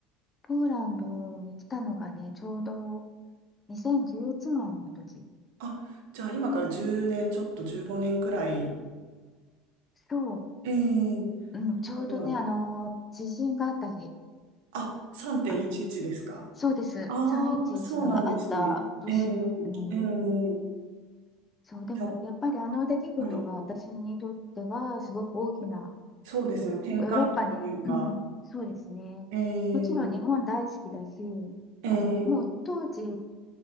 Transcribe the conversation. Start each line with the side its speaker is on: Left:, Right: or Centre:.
Left: ーランドに来たのがね、ちょうど2011年の時。
Right: あ、じゃあ今から10年、ちょっと15年くらい。
Left: そ
Right: ええなるほど。
Left: う、うん、ちょうどね、あの、地震があった日、
Right: あ、3.11ですか。
Left: あの、つそうです、
Right: ああ、
Left: 311があった年、
Right: そうなんですね。ええ、
Left: うん、
Right: ええ、
Left: そう、でもやっぱりあの出来事が私にとってはすごく大きな、
Right: じゃあ、はい。そうですね。
Left: そのヨーロッパに、
Right: 転換期というか、
Left: うん、そうですね、
Right: え
Left: もちろん日本大好きだし、
Right: え、ええ、
Left: あのもう当時、